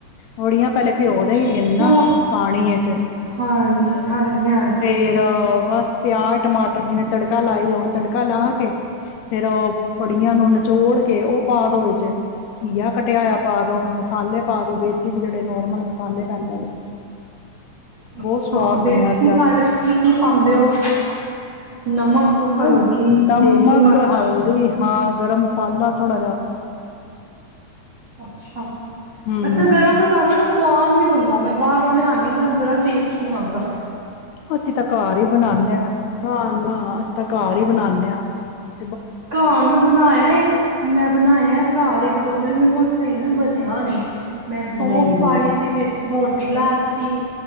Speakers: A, on the left; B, on the right.
A: ਬੜੀਆਂ ਪਹਿਲੇ <unintelligible>
B: ਅੱਛਾ ਹਾਂਜੀ ਹਾਂਜੀ ਹਾਂਜੀ
A: ਫੇਰ, ਬਸ ਪਿਆਜ਼ ਟਮਾਟਰ, ਜਿਵੇਂ ਤੜਕਾ ਲਾਈ ਦਾ ਤੜਕਾ ਲਾ ਕੇ, ਫੇਿਰ ਉਹ ਬੜੀਆਂ ਨੂੰ ਨਚੋੜ ਕੇ, ਉਹ ਪਾ ਦੋ ਵਿੱਚ, ਘੀਆ ਕੱਟਿਆ ਹੋਇਆ ਪਾ ਦੋ, ਮਸਾਲੇ ਪਾ ਦੋ ਬੇਸਿਕ ਜਿਹੜੇ ਨੋਰਮਲ ਮਸਾਲੇ ਪੈਂਦੇ ਨੇ
B: ਅੱਛਾ
A: ਬਹੁਤ ਸਵਾਦ ਬਣਿਆ
B: ਬੇਸਿਕ
A: ਸ
B: ਮਸਾਲੇ ਚ ਕੀ ਕੀ ਪਾਉਂਦੇ ਹੋ ਨਮਕ
A: ਬਸ
B: ਹਲਦੀ
A: ਨਮਕ
B: ਦੇਗੀ ਮਰਚ
A: ਹਲਦੀ ਹਾਂ ਗਰਮ ਮਸਾਲਾ ਥੋੜਾ ਜਿਹਾ
B: ਅੱਛਾ,
A: ਹਮ
B: ਅੱਛਾ ਗਰਮ ਮਸਾਲਾ ਨਾ ਸਵਾਦ ਨਹੀਂ ਬਣਦਾ ਬਾਹਰੋਂ ਲਿਆਉਂ ਹ ਜਾ ਟੇਸਟ ਨਹੀਂ ਆਉਦਾ।
A: ਅਸੀਂ ਤਾਂ ਘਰ ਹੀ ਬਣਾਨਣੇ ਹਾਂ ਨਾ- ਨਾ ਅਸੀਂ ਤਾਂ ਘਰ ਹੀ ਬਣਾਨੇ ਆ। ਅ
B: ਘਰ ਮੈਂ ਬਣਾਇਆ ਮੈਂ ਬਣਾਇ ਘਰ ਇੱਕ ਦੋ ਵਾਰੀ ਮੇਰੇ ਕੋਲ ਸਹੀ ਨੀ ਬਣਿਆ <unintelligible> ਮੈਂ ਸੌਂਫ
A: ਨਹੀਂ ਨਹੀਂ
B: ਪਾਈ ਸੀ ਵਿੱਚ ਮੋਟੀ ਇਲਾਚੀ